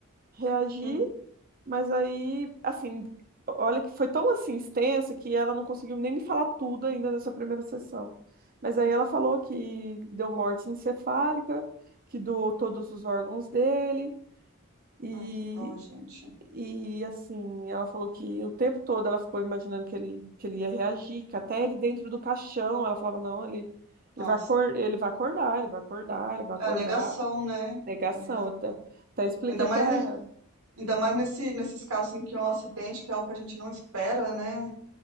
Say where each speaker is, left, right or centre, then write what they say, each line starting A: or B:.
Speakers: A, on the right (about 40°); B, on the right (about 80°).
A: reagir.
B: Uhum.
A: Mas aí, assim, olha que foi tão assim extensa que ela não conseguiu nem me falar tudo ainda nessa primeira sessão. Mas aí ela falou que deu morte encefálica, que doou todos os órgãos dele e
B: Ai, que dó, gente.
A: e assim, ela falou que o tempo todo ela ficou imaginando que ele que ele ia reagir, que até ele dentro do caixão, ela falava não, ele ele
B: Nossa.
A: vai acor ele vai acordar, ele vai acordar, ele vai
B: É
A: acordar.
B: a negação, né?
A: Negação,
B: A negação.
A: até, até expliquei
B: Ainda mais,
A: para
B: em-
A: ela.
B: ainda mais nesse, nesses casos em que é um acidente, que é algo que a gente não espera, né? A